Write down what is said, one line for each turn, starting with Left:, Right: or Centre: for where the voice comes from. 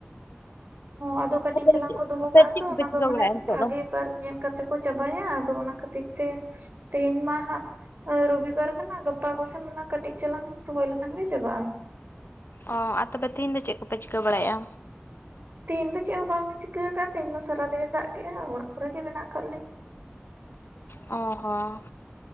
Right: ᱦᱚ ᱟᱫᱚ ᱠᱟᱹᱴᱤᱡ
Left: ᱛᱚᱵᱮ
Right: ᱪᱟᱞᱟᱝ
Left: ᱪᱮᱫ
Right: ᱠᱚ ᱫᱚᱦᱚ
Left: ᱟᱯᱮ
Right: ᱠᱟᱜᱼᱟ
Left: ᱪᱮᱫ
Right: ᱛᱚ
Left: ᱠᱚᱯᱮ
Right: ᱚᱱᱟ
Left: ᱪᱤᱠᱟᱹ
Right: ᱫᱚ ᱢᱟᱱᱮ
Left: ᱵᱟᱲᱟᱭᱮᱜᱼᱟ ᱱᱤᱛᱚᱜ
Right: ᱵᱷᱟᱜᱤ
Left: ᱫᱚ?
Right: ᱵᱟᱨ ᱧᱮᱞ ᱠᱟᱛᱮ ᱛᱮᱠᱚ ᱪᱟᱵᱟᱭᱟ ᱟᱫᱚ ᱚᱱᱟ ᱠᱷᱟᱹᱛᱤᱨ ᱛᱮ ᱛᱮᱦᱮᱧ ᱢᱟ ᱦᱟᱸᱜ ᱨᱚᱵᱤᱵᱟᱨ ᱠᱟᱱᱟ ᱜᱟᱯᱟ ᱠᱚᱥᱮᱱ ᱠᱟᱹᱴᱤᱡ ᱪᱟᱞᱟᱝ ᱨᱚᱦᱚᱭ ᱞᱮᱠᱷᱟᱱ ᱜᱮ ᱪᱟᱵᱟᱜᱼᱟ ᱾
Left: ᱚᱻ ᱟᱨ ᱛᱚᱵᱮ ᱛᱤᱦᱤᱧ ᱫᱚ ᱪᱮᱫ ᱠᱚᱯᱮ ᱪᱤᱠᱟᱹ ᱵᱟᱲᱟᱭᱮᱫᱼᱟ?
Right: ᱛᱮᱦᱮᱧ ᱫᱚ ᱪᱮᱫ ᱦᱚᱸ ᱵᱟᱝᱞᱮ ᱪᱤᱠᱟᱹ ᱠᱟᱜᱼᱟ ᱛᱮᱦᱮᱧ ᱢᱟ ᱥᱟᱨᱟᱫᱤᱱᱮ ᱫᱟᱜ ᱠᱮᱜᱼᱟ ᱚᱲᱟᱜ ᱠᱚᱨᱮ ᱜᱮ ᱢᱮᱱᱟᱜ ᱠᱟᱜ ᱞᱤᱧ᱾
Left: ᱚ ᱦᱚᱸ᱾